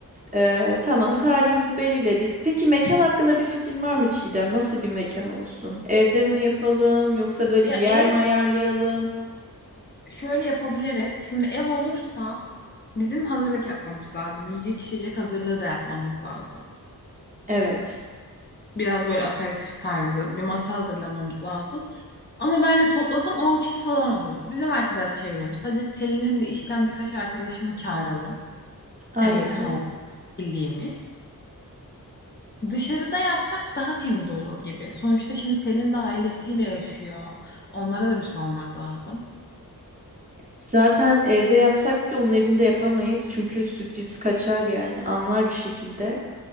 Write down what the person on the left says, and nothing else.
Ya
ev
şöyle yapabiliriz. Şimdi ev olursa bizim hazırlık yapmamız lazım. Yiyecek içecek hazırlığı da yapmamız lazım.
Biraz böyle aperatif tarzı bir masa hazırlamamız lazım. Ama bence toplasan 10 kişi falan oluruz. Bizim arkadaş çevremiz. Hadi Selin'in de işten birkaç arkadaşını çağıralım.
Yani yakın olduğu bildiğimiz. Dışarıda yapsak daha temiz olur gibi. Sonuçta şimdi Selin de ailesiyle yaşıyor. Onlara da bir sormak lazım.